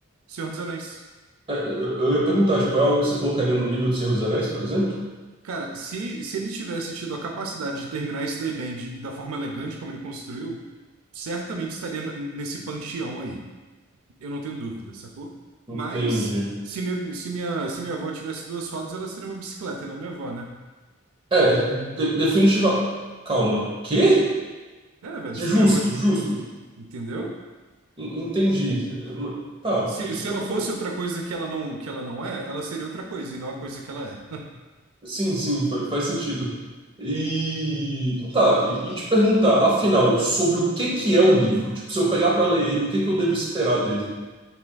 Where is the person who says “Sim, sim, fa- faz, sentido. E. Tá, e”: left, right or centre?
Right